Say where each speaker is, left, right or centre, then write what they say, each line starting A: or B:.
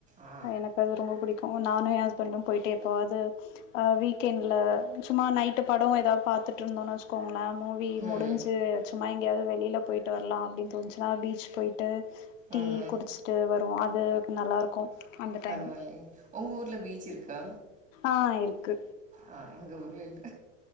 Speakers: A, on the right; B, on the left.
A: ஆ.
B: அ எனக் கது ரொம்ப புடிக்கு நானு ஏ ஹஸ்பண்டு போயிட்டு எப்பவாது ஆ வீக்கெண்ட்ல சும்மா நைட்டு படோ எதா பாத்துட்ருந்தோனு வச்சுக்கோங் ளே மூவி
A: ம்.
B: முடிஞ்சு சும்மா எங்கயாவது வெளியில போயிட்டு வரலா அப்டின் தோனுச்சுனா பீச் போயிட்டு டீ
A: ம்.
B: குடிச் டு வருவோ அது நல்லாருக்கு அந்த
A: பரவால்லயே
B: டைம்
A: ஒங்க ஊர்ல பீச் இருக்கா
B: ஆ இருக்கு
A: ஆ எங்க ஊர்ல இல்ல